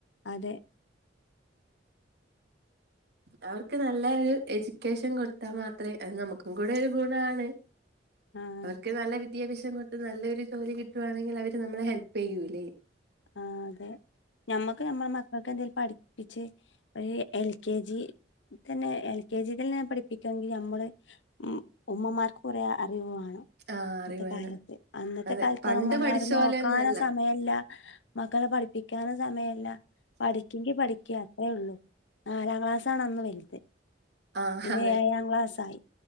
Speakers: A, on the left; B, on the right.
A: അതെ
B: അവർക്ക് നല്ല ഒരു എഡ്യൂക്കേഷൻ കൊടുത്താ മാത്രേ അത് നമക്ക് ക്കും കൂടെ ഒരു ഗുണാണ്
A: ആഹ്
B: അവർക്ക് നല്ല വിദ് വിദ്യാഭ്യാസം കൊട്ത്ത് നല്ലൊരു ജോലി കിട്ടുവാണെങ്കി അവര് നമ്മളെ ഹെൽപ്പ് ചെയ്യൂല്ലേ
A: ആഹ് അതെ ഞമ്മക്ക് ഞമ്മടെ മക്കക്ക് എന്തെലും പഠിപ്പിച്ച് ഒരു എൽ കെ ജി തന്നെ എൽ കെ ജിലെന്നെ പഠിപ്പിക്കണെങ്കി ഞമ്മള് ഉം ഉമ്മമാർക്ക് കൊറേ അറിവാണ്
B: ആ അറിവാണ്
A: ഇന്നത്തെ കാലത്ത് അന്നത്തെ
B: അതെ
A: കാലത്ത്മ്മമാര്
B: പണ്ട് പഠിച്ച
A: നോക്കാനോ
B: പോലെയൊന്നുംല്ല
A: സമയല്ല മക്കളെ പഠിപ്പിക്കാനു സമയല്ല പഠിക്കങ്കി പഠിക്ക അത്രേ ഉള്ളൂ നാലാം ക്ലാസ് ആണ് അന്ന് വൽത്
B: ആ
A: പിന്നെ
B: അതെ
A: ഏഴാം ക്ലാസ് ആയി